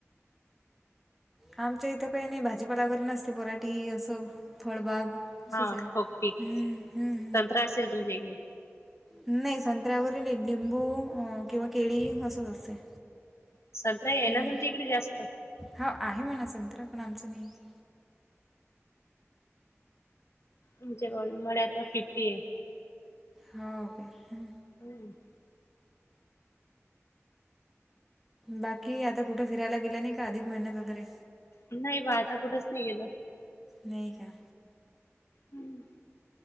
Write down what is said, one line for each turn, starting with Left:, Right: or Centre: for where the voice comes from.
Centre: आमच्या इथं काही नाही भाजीपाला घरी नसते पराठी असं फळबाग असंच
Left: हो
Centre: आहे हम्म,
Left: पीक पीक सत्रा
Centre: हम्म, हम्म.
Left: असेल तुमच्या इकडे
Centre: नाही संत्र्यावरील लिंबू किंवा केळी असच असते
Left: संत्राही आहे
Centre: हम्म
Left: ना तुमच्या इकडे जास्त
Centre: हो आहे म्हणा संत्रा पण आपण आम्हिच
Left: आमच्या गावात मळ्यात पिपि आहे
Centre: हो काे ह
Left: हम्म
Centre: बाकी आता कुठं फिरायला गेला नाही का अधिक मेहीन्यात वगैरे
Left: नाही बा आता कुठंच नाही गेलो
Centre: नाही का
Left: हम्म